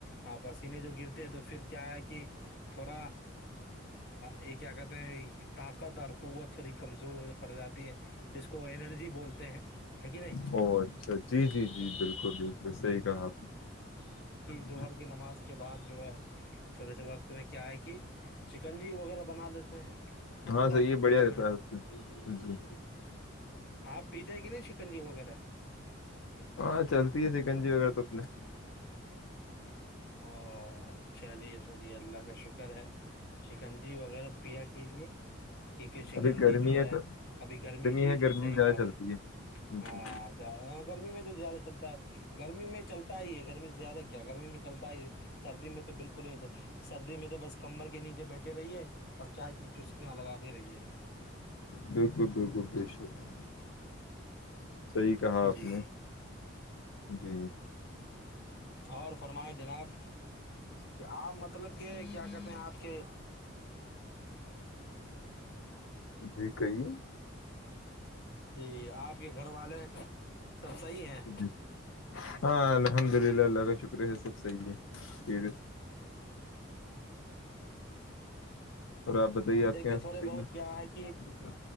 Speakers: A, on the left; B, on the left.
A: ہاں پسینے جو گرتے ہیں تو پھر کیا ہے کہ تھوڑا یہ کیا کہتے ہیں طاقت اور قوت تھوڑی کمزور ہو پڑ جاتی ہے جس کو اینرجی بولتے ہیں ہے کہ نہیں
B: او اچھا جی جی جی بالکل بالکل صحیح کہا آپ نے
A: جوہر کی نماز کے بعد جو ہے تھوڑے سے وقت میں کیا ہے کہ شکنجی وغیرہ بنا لیتے ہیں
B: ہاں
A: اللہ
B: صحیح
A: کا
B: ہے بڑھیا
A: کرم
B: رہتا ہے اس میں جی
A: آپ پیتے کہ نا چکن جی وغیرہ
B: ہاں چلتی ہے سکن جی وغیرہ تو انے
A: او چلیے چلیے اللہ کا شکر ہے شکنجی وغیرہ پیا کیجے کیونکہ شکن
B: ابھی گرمی
A: جی جو ہے
B: تو
A: ابھی گرمی جی
B: ہے
A: جی
B: گرمی
A: صحیح
B: میں زیادہ
A: بات
B: چلتی
A: ہے
B: ہے جی
A: ہاں گرمی میں زیادہ چلتا ہے گرمی میں چلتا ہی ہے گرمی زیادہ کیا گرمی میں چلتا ہے سردی میں تو بالکل ہی سردی میں تو بس کمبل کے نیچے بیٹھے رہی ہے اور چائے کی چسکیاں لگا دے رہی ہے
B: بالکل بالکل بے شکرہ صحی کہا آپ
A: جی
B: نے جی
A: اور فرمائے جناب کہ آپ مطلب کہ کیا کہتے ہیں آپ کے
B: جی کہیے
A: جی آپ کے گھر والے سب صحیح ہیں
B: جی ہاں الحمد للہ اللہ کا شکر ہے سب صحیح ہے اور آپ بتائیے آپ
A: دیکھیے
B: کے یہاں
A: تھوڑے
B: سب صحیح
A: بہت
B: ہے
A: کیا کہ